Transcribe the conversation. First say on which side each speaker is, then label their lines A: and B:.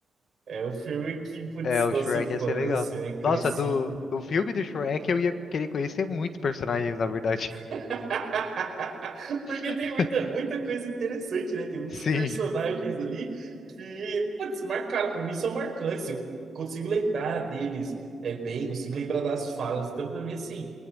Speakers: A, on the right (about 45°); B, on the left (about 60°).
A: É o filme que, putz,
B: É, o
A: nossa
B: Shrek
A: infância,
B: ia ser legal.
A: né? Cresci.
B: Nossa, do, do filme do Shrek eu ia querer conhecer muitos personagens, na verdade.
A: <laughs> Porque
B: <laughs>
A: tem muita, muita coisa interessante, né? Tem muitos
B: Sim.
A: personagens ali que, putz, marcaram. Pra mim são marcantes. Eu consigo lembrar deles é, bem, consigo lembrar das falas. Então, pra mim, assim,